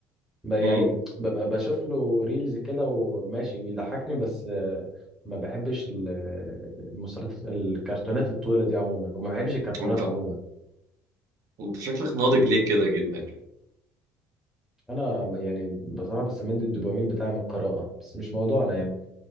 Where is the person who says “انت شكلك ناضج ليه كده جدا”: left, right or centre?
Right